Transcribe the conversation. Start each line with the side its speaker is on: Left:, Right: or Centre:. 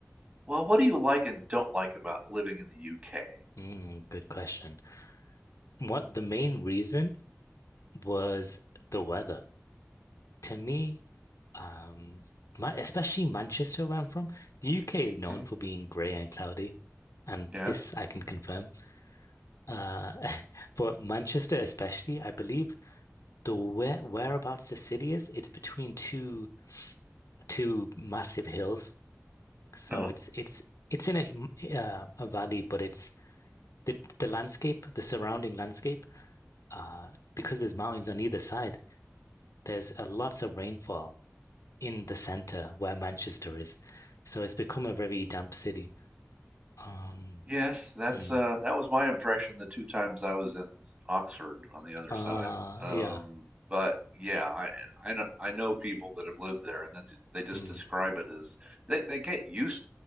Right: Well, what do you like and don't like about living in the UK?
Left: Mm, good question. What the main reason was the weather. to me, um, my especially Manchester, where I'm from, the UK is known
Right: Hmm?
Left: for being grey and cloudy, and
Right: Yeah.
Left: this I can confirm. Uh, <laughs> but Manchester, especially, I believe the where whereabouts the city is, it's between two two massive hills, so
Right: Oh.
Left: it's it's it's in a uh, a valley, but it's the the landscape, the surrounding landscape, uh, because there's mountains on either side. There's uh, lots of rainfall. in the center where Manchester is. So it's become a very damp city. Um,
Right: Yes, that's
Left: mm,
Right: uh that was my impression the two times I was in Oxford on the other
Left: uh,
Right: side. Um,
Left: yeah.
Right: but yeah, I I know I know people that have lived there and then ju- they just
Left: mm,
Right: describe it as they, they get used